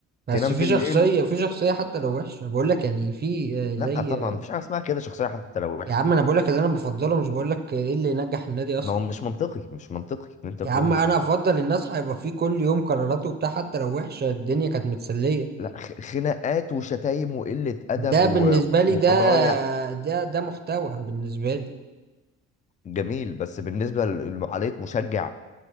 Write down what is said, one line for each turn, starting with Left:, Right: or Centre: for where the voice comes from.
Right: بس
Left: تنام
Right: في
Left: بالليل
Right: شخصية في شخصية حتى لو وحشة بقول لك يعني في آه، زي
Left: لا طبعا
Right: آه،
Left: مفيش حاجه اسمها كده شخصيه حتى لو وحشه
Right: يا عم انا بقول لك اللي انا بفضله مش بقول لك ايه اللي ينجح النادي اصلا
Left: ما هو مش منطقي مش منطقي اللي انت بتقوله
Right: يا عم
Left: مش
Right: انا
Left: منطقي
Right: افضل الناس هيبقى في كل يوم قراراته وبتاع حتى لو وحشة الدنيا كانت متسلية
Left: لا خ- خناقات وشتايم وقله ادب
Right: ده بالنسبة
Left: و-
Right: لي
Left: وفضايح
Right: ده ده ده محتوى بالنسبة لي
Left: جميل بس بالنسبه لعمليه مشجع